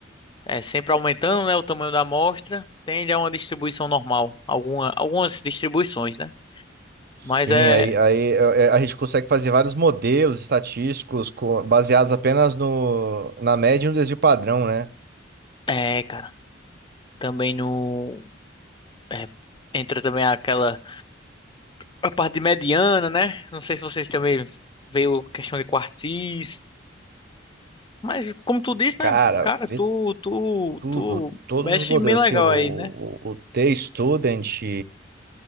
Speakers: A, on the left; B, on the right.
A: é, sempre aumentando, né, o tamanho da amostra, tende a uma distribuição normal. Alguma, algumas distribuições, né?
B: Sim,
A: Mas é,
B: aí, aí é, é, a gente consegue fazer vários modelos estatísticos co- baseados apenas no, na média e no desvio padrão, né?
A: é, cara, também no, é, entra também aquela a parte de mediana, né? Não sei se vocês também veio questão de quartis, mas como tu disse,
B: Cara,
A: né? Cara,
B: vê
A: tu, tu,
B: tudo,
A: tu
B: todos
A: mexe
B: os modelos,
A: bem legal
B: assim, o,
A: aí, né?
B: o, o T-Student.